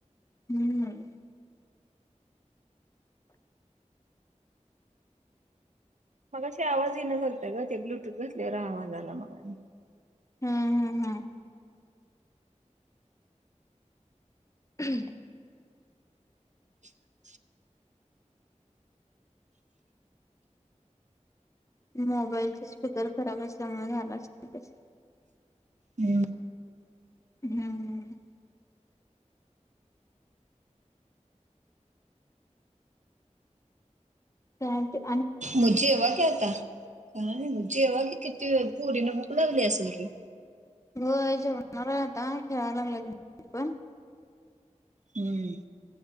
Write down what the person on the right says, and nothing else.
मगाशी आवाजही न चालताय ग ते ब्लूटूथ घातल्यावर आवाज आला मगा आणि
<unintelligible>
हम्.
मुझे एवा क्याता का नाही जेव्हा की किती व पुरी नं भूक लागली असेल की
हम्म.